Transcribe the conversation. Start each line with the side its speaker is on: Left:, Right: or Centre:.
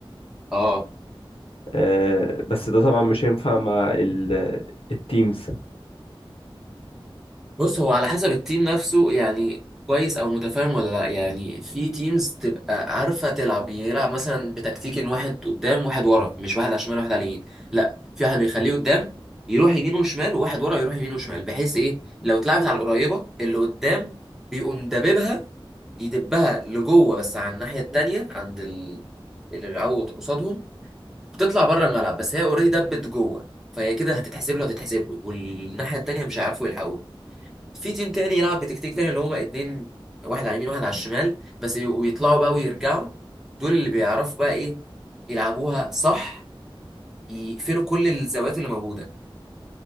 Centre: اه
Left: آه، بس ده طبعا مش هينفع مع ال- التيمز
Centre: بص هو على حسب التيم نفسه يعني كويس او متفاهم ولا لا يعني في تيمز تبقى عارفه تلعب يلعب مثلا بتكتيك ان واحد قدام واحد ورا مش واحد على الشمال واحد على اليمين لا في واحد بيخليه قدام يروح يمين وشمال وواحد ورا يروح يمين وشمال بحيث ايه لو اتلعبت على القريبه اللي قدام بيقوم دببها يدبها لجوه بس على الناحيه التانيه عند ال... اللي بيلعبوا قصادهم بتطلع بره الملعب بس هي اوريدي دبت جوه فهي كده هتتحسب له هتتحسب له والناحيه التانيه مش هيعرفوا يلحقوها في تيم تاني يلعب بتكتيك تاني اللي هما اتنين واحد على اليمين واحد على الشمال بس ي- ويطلعوا بقى ويرجعوا دول اللي بيعرفوا بقى ايه يلعبوها صح يقفلوا كل الزوايا اللي موجودة